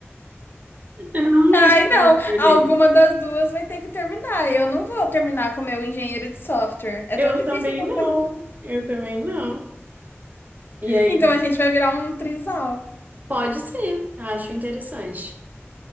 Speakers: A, on the right (about 35°); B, on the left (about 50°).
A: Eu nunca
B: Ai,
A: que eu
B: não.
A: vou perder.
B: Alguma das duas vai ter que terminar. Eu não vou terminar com o meu engenheiro de software. É
A: Eu
B: tão difícil
A: também
B: encontrar
A: não.
B: um.
A: Eu também não. E aí?
B: Então a gente vai virar um trisal.
A: Pode ser, acho interessante.